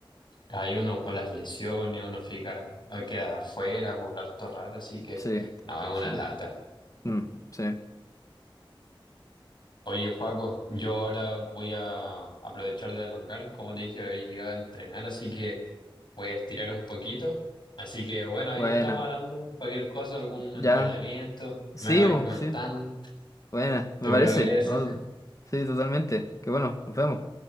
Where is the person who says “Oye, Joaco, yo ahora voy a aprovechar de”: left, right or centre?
Left